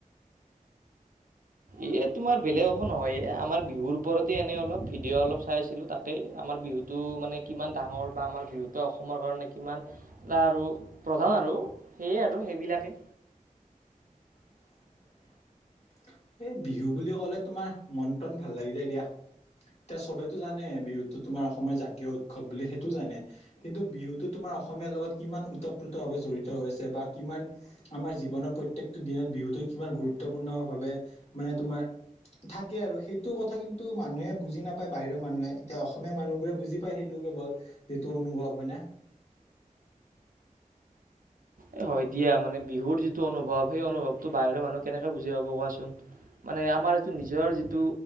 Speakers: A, on the right (about 75°); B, on the left (about 50°).
A: এ তোমাৰ বেলেগ একো নহয় এ আমাৰ বিহুৰ ওপৰতে এনেই অলপ ভিডিঅ' অলপ চাই আছিলো। তাকেই আমাৰ আমাৰ বিহুটো, মানে কিমান ডাঙৰ বা আমাৰ বিহুতো অসমৰ কাৰণে কিমান এটা আৰু প্ৰধান আৰু। সেইয়ে আৰু সেইবিলাকে।
B: <unintelligible> এই বিহু বুলি ক'লে তোমাৰ মন প্ৰাণ ভাল লাগি যায় দিয়া। এতিয়া সবেতো জানে বিহুতো তোমাৰ অসমৰ জাতীয় উৎসৱ বুলি সেইটোও জানে, কিন্তু বিহুতো তোমাৰ অসমীয়াৰ লগত কিমান ওতপ্ৰুতভাৱে জড়িত হৈ আছে বা কিমান আমাৰ জীৱনৰ প্ৰত্যেকটো দিনত বিহুত কিমান গুৰুত্বপূৰ্ণ ভাৱে মানে তোমাৰ থাকে আৰু সেইটো কথা কিন্তু মানুহে বুজি নাপায় বাহিৰৰ মানুহে এতিয়া অসমীয়া মানুহ বোৰে বুজি পায় সেইটো। কেৱল যিটো অনুভৱ হয় না
A: এ হয় দিয়া মানে বিহুৰ যিটো অনুভৱ সেই অনুভৱটো বাহিৰৰ মানুহ কেনেকে বুজি পাব কোৱাচোন! মানে আমাৰ এইটো নিজৰ যিটো